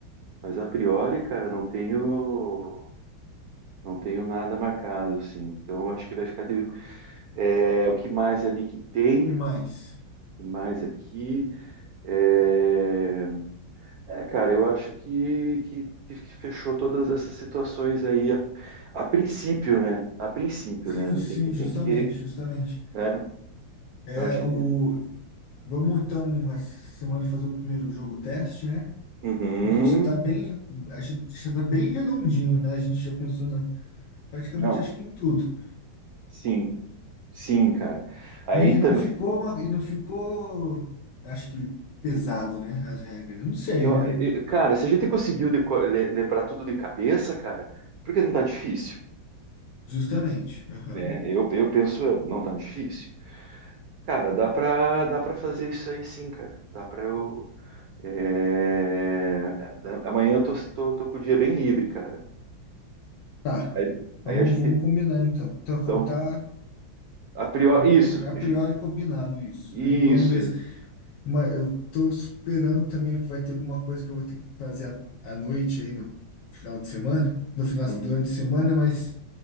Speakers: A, on the right; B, on the left.
A: mas a priori, cara, não tenho não tenho nada marcado, assim. Então, eu acho que vai ficar de é, o que mais ali que tem,
B: E mais?
A: o que mais aqui. É, é, cara, eu acho que, que que fechou todas essas situações aí a, a princípio, né? A princípio,
B: Sim,
A: né? Não
B: sim,
A: tem que tem
B: justamente,
A: que,
B: justamente.
A: né?
B: É
A: Então a gente
B: o. Vamos então essa semana fazer o primeiro jogo teste, né?
A: Uhum.
B: Porque já está bem, a gente já tá bem redondinho, né? A gente já pensou na, praticamente
A: Não,
B: acho que em tudo.
A: sim. Sim, cara. Aí
B: E não
A: também.
B: ficou uma- e não ficou, acho que pesado, né? As regras. Não sei,
A: Eu,
B: né?
A: eu- cara, se a gente conseguiu deco- le- lembrar tudo de cabeça, cara, porque não tá difícil,
B: Justamente. Aham.
A: né? Eu, eu penso eu, não tá difícil. Cara, dá pra, dá pra fazer isso aí sim, cara. Dá pra eu. é, da- Amanhã eu tô, tô, tô com o dia bem livre, cara.
B: Tá.
A: Aí,
B: Vamos,
A: aí a gente.
B: vamos combinar então. Então, como
A: Então,
B: tá
A: a priori.
B: em-
A: Isso,
B: em- a
A: a
B: priori
A: gente-
B: combinado isso,
A: isso.
B: né? Vamos ver. se- Mas eu tô esperando também que vai ter alguma coisa que eu vou ter que fazer à, à noite aí no final de semana, no final
A: Uhum,
B: durante a semana, mas